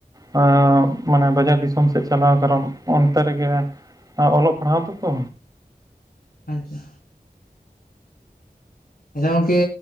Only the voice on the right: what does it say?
ᱦᱮ ᱢᱟᱱᱮ ᱵᱟᱡᱟᱨ ᱫᱤᱥᱚᱢ ᱥᱮᱫ ᱪᱟᱞᱟᱣ ᱠᱟᱨᱚᱱ ᱚᱱᱛᱮ ᱨᱮᱜᱮ ᱟᱨ ᱚᱞᱚᱜ ᱯᱟᱲᱦᱟᱣ ᱫᱚᱠᱚ᱾